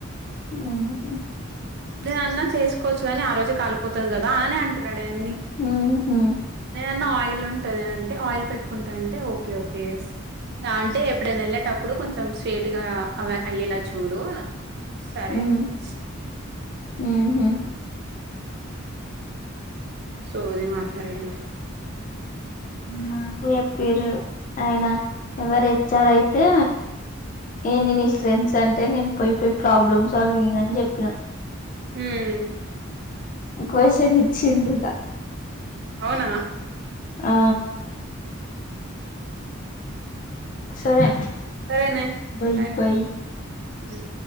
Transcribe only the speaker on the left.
ఉమ్
ఉహు
ఉమ్
ఉహు
నాకు చెప్పిరు ఆయన ఎవరు హెచ్ ఆర్ ఐతే ఏంది నీ స్ట్రెంత్స్ అంటే నేను, పోయి పొయ్ ప్రాబ్లమ్ సాల్వింగ్ అని జెప్పిన.
క్వశ్చన్ ఇచ్చిండు
ఆ సరే
బై
బై